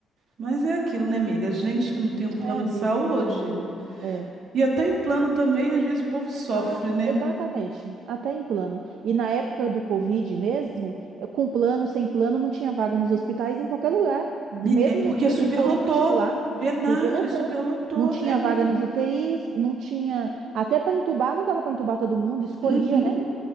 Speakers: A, on the right (about 50°); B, on the right (about 70°).
A: Mas é aquilo, né, amiga? Gente que não tem um plano
B: É a
A: de
B: vida,
A: saúde.
B: né? É.
A: E até em plano também, às vezes o povo sofre,
B: Ah,
A: né?
B: exatamente, até em plano. E na época do Covid mesmo, eh, com plano, sem plano, não tinha vaga nos hospitais em qualquer lugar, mesmo
A: Me- É porque
B: no público
A: superlotou.
B: ou no particular,
A: Verdade,
B: superlotou.
A: superlotou.
B: Não tinha
A: É mesmo.
B: vaga nas UTIs, não tinha. Até para entubar, não dava para entubar todo mundo, escolhia,
A: Uhum,
B: né?